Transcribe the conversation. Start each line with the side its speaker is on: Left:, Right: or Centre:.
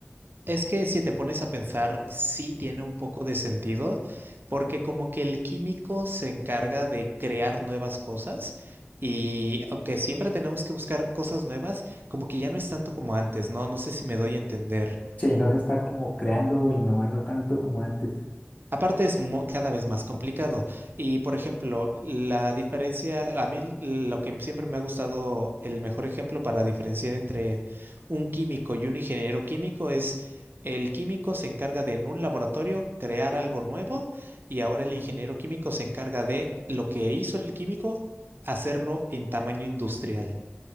Right: es que si te pones a pensar, sí tiene un poco de sentido, porque como que el químico se encarga de crear nuevas cosas y aunque siempre tenemos que buscar cosas nuevas, como que ya no es tanto como antes, ¿no? No sé si me doy a entender.
Left: Sí, no se está como creando o innovando tanto como antes.
Right: Aparte es mu- cada vez más complicado. Y por ejemplo, la diferencia, a mí lo que siempre me ha gustado, el mejor ejemplo para diferenciar entre un químico y un ingeniero químico es el químico se encarga de en un laboratorio crear algo nuevo y ahora el ingeniero químico se encarga de lo que hizo el químico, hacerlo en tamaño industrial.